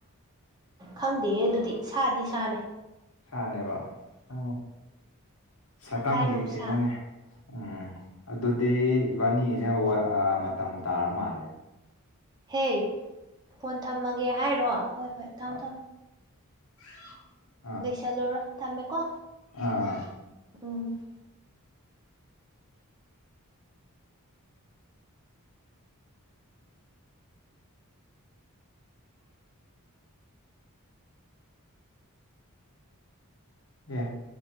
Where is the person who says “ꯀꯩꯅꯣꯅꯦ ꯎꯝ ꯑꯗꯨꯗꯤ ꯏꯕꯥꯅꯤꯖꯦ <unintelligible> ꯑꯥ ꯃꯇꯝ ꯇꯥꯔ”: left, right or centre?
Left